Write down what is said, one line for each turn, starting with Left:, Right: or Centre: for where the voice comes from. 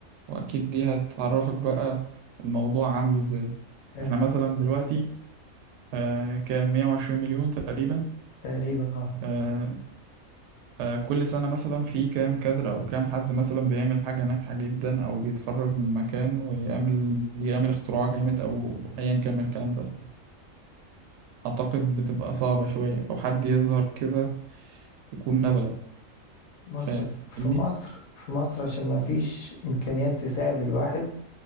Right: واكيد دي هتعرفك بقى الموضوع عامل ازاي
Left: حلو.
Right: احنا مثلا دلوقتي آه، كام 120 مليون تقريبا
Left: تقريبا اه
Right: آه، آه، كل سنة مثلا في كام كادر أو كام حد مثلا بيعمل حاجة ناجحة جدا أو بيتخرج من مكان ويعمل يعمل اختراع جامد أو أيا كان من الكلام ده أعتقد بتبقى صعبة شوية أو حد يظهر كده يكون نابغة
Left: بص
Right: فاهمني؟
Left: ف- في مصر في مصر عشان ما فيش إمكانيات تساعد الواحد